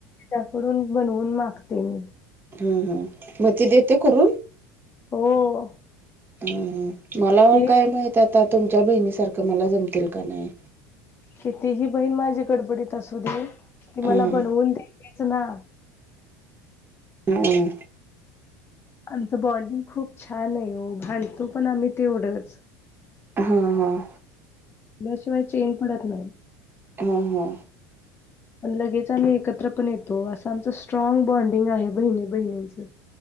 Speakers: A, on the left; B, on the right.
A: त्याकडून बनवून मागते मी.
B: हं हं म ती देते करून?
A: हो
B: हं हं मला
A: किती
B: काय माहितात. ता तुमच्या बहिणी सारखं मला जमतील का नाही.
A: कितीही बहीण माझी गडबडीत असू दे, ती
B: हा
A: मला बनवून देतीच ना.
B: अं!
A: आमच बॉडीग खूप छान आहे हो भांडतो पण आम्ही तेवढंच.
B: ह ह!
A: त्याशिवाय चेन पडत नाही.
B: हा हा!
A: पण लगेच आम्ही एकत्र पण येतो, असं आमच स्ट्राँग बॉन्डिंग आहे बहिणी बहिणींचं.